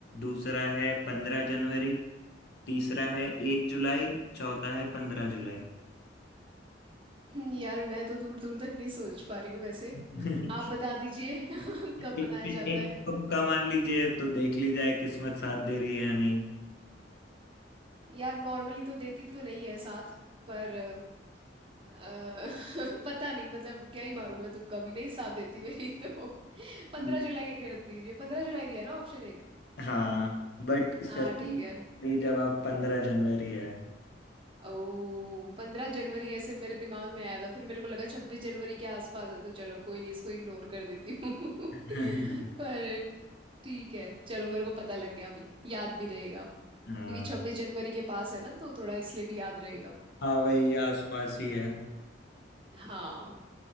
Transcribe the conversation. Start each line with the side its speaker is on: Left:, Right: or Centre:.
Left: दूसरा है पंद्रह जनवरी तीसरा है एक जुलाई चौथा है पंद्रह जुलाई
Right: <laughs> हम्म, यार मैं तो दूर दूर तक नहीं सोच पा रही हूँ वैसे
Left: <laughs>
Right: आप बता दीजिए <laughs> कब
Left: एक
Right: मनाया जाता
Left: एक
Right: है
Left: तुक्का मार लीजिए तो देख ली जाए किस्मत साथ दे रही है या नहीं
Right: यार नॉर्मली तो देती तो नहीं है साथ पर अ, <laughs> पता नहीं मतलब क्या ही मारूं मैं तुक्का भी नहीं साथ देती मेरी तो <laughs> पंद्रह
Left: <laughs>
Right: जुलाई कर दीजिए पंद्रह जुलाई दिया ना ऑप्शन एक
Left: हाँ बट इसका
Right: हाँ
Left: सही
Right: ठीक है
Left: सही जवाब पंद्रह जनवरी है
Right: ओ पंद्रह जनवरी ऐसे मेरे दिमाग में आया था फिर मेरे को लगा छब्बीस जनवरी के आसपास है तो चलो कोई नहीं इसको इग्नोर कर देती हूँ <laughs>
Left: <laughs>
Right: पर ठीक है चलो मेरे को पता लग गया अभी याद भी रहेगा क्योंकि
Left: हाँ
Right: छब्बीस जनवरी के पास है ना तो थोड़ा इसलिए भी याद रहेगा
Left: हाँ वही आसपास ही है
Right: हाँ